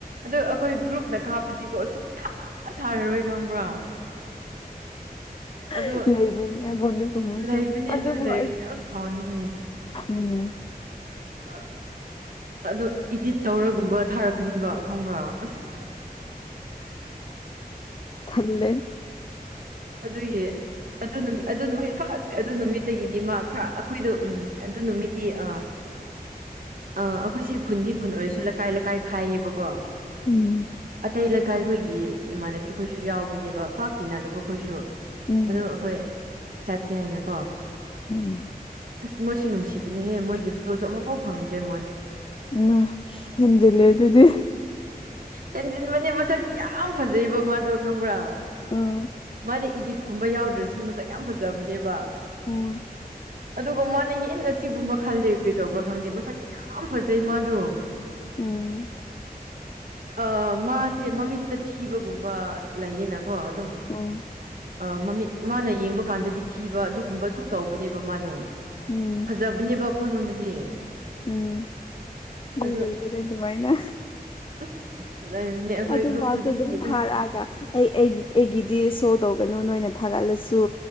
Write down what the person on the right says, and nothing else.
ꯑꯗ ꯑꯩꯈꯣꯏ ꯒ꯭ꯔꯨꯞꯅ ꯀꯥꯞꯄꯗꯤꯀꯣ ꯑꯁꯨꯛ ꯊꯥ ꯊꯥꯔꯔꯣꯏ ꯈꯪꯕ꯭ꯔꯥ
ꯑꯗꯣ
ꯂꯩꯕꯅꯦ
ꯑꯗꯨ ꯂꯩꯕꯅꯦ
ꯌꯥꯝ ꯁꯥꯎꯅꯤꯡꯉꯦ
<inaudible> ꯑꯗꯣ ꯏꯗꯤꯠ ꯇꯧꯔꯒꯨꯝꯕ ꯊꯥꯔꯛꯀꯅꯤꯕ ꯈꯪꯕ꯭ꯔꯥ ꯑꯁ
ꯑꯗꯨ ꯌꯦ꯫ ꯑꯗꯨ ꯅꯨꯠ ꯑꯗꯨ ꯅꯨꯃꯤꯠ ꯑꯗꯨ ꯅꯨꯃꯤꯠꯇꯒꯤꯗꯤ ꯃꯥ ꯈꯔ ꯑꯩꯈꯣꯏꯗꯣ ꯎꯝ ꯑꯗꯨ ꯅꯨꯃꯤꯠꯇꯤ ꯑ
ꯑꯥ ꯑꯩꯈꯣꯏꯁꯤ ꯈꯨꯟꯒꯤ ꯈꯨꯟ ꯑꯣꯏꯔꯁꯨ ꯂꯩꯀꯥꯏ ꯂꯩꯀꯥꯏ ꯈꯥꯏꯌꯦꯕꯀꯣ
ꯑꯇꯩ ꯂꯩꯀꯥꯏꯈꯣꯏꯒꯤ ꯏꯃꯥꯟꯅꯕꯤ ꯈꯣꯏꯁꯨ ꯌꯥꯎꯕꯅꯦꯕ ꯄꯥꯛ ꯇꯤꯟꯅꯗꯕ ꯈꯣꯏꯁꯨ
ꯑꯗꯣ ꯑꯩꯈꯣꯏ ꯆꯠꯁꯦ ꯍꯥꯏꯅꯀꯣ
ꯑꯁ ꯃꯣꯏꯁꯨ ꯅꯨꯡꯁꯤꯕꯅꯦꯍꯦ ꯃꯣꯏꯒꯤ ꯐꯣꯇꯣꯁꯨ ꯑꯃꯐꯥꯎ ꯐꯪꯗ꯭ꯔꯦ ꯃꯣꯏ
ꯍꯦꯟꯖꯤꯟꯕꯅꯦ ꯃꯁꯛꯇꯤ ꯌꯥꯝ ꯐꯖꯩꯕ ꯃꯥꯗꯣ ꯈꯪꯕ꯭ꯔꯥ
ꯃꯥꯗꯤ ꯏꯗꯤꯠꯀꯨꯝꯕ ꯌꯥꯎꯗ꯭ꯔꯁꯨ ꯃꯁꯛ ꯌꯥꯝ ꯐꯖꯕꯅꯦꯕ
ꯑꯗꯨꯒ ꯃꯥꯅ ꯍꯦꯟꯅ ꯁꯤꯒꯨꯝꯕ ꯈꯜꯂꯦ ꯀꯔꯤ ꯇꯧꯕ꯭ꯔꯥ ꯈꯪꯗꯦ ꯃꯁꯛꯇꯤ ꯌꯥꯝ ꯐꯖꯩ ꯃꯥꯗꯣ
ꯑꯥ ꯃꯥꯁꯦ ꯃꯃꯤꯠꯇ ꯊꯤꯕꯒꯨꯝꯕ ꯂꯩꯌꯦꯅꯀꯣ ꯑꯗꯨꯝ
ꯑꯥ ꯃꯃꯤꯠ ꯃꯥꯅ ꯌꯦꯡꯕ ꯀꯥꯟꯗꯗꯤ ꯊꯤꯕ ꯑꯗꯨꯒꯨꯝꯕ ꯑꯗꯨꯝ ꯇꯧꯕꯅꯦꯕ ꯃꯥꯗꯣ
ꯐꯖꯕ ꯕꯅꯦꯕ ꯑꯩꯈꯣꯏ ꯑꯩꯉꯣꯟꯗꯗꯤ
ꯑꯗꯣ
ꯑꯁ ꯂꯩꯕꯅꯦ ꯑꯩꯈꯣꯏ
ꯒ꯭ꯔꯨꯞ
ꯈꯨꯗꯤꯡꯒꯤ